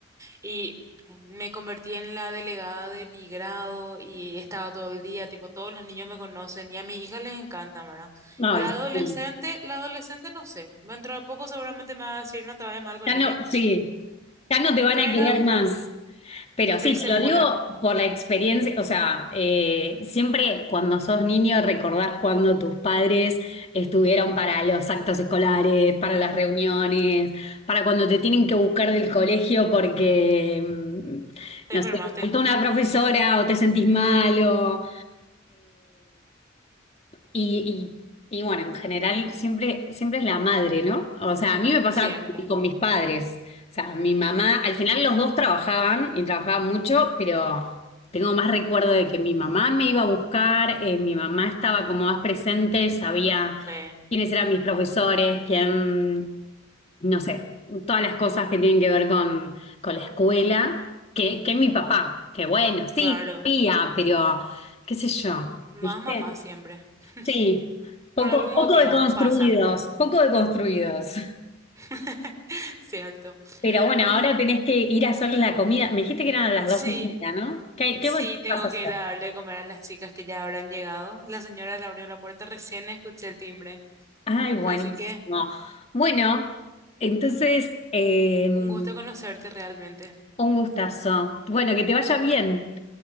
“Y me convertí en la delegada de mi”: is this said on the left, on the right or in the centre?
Right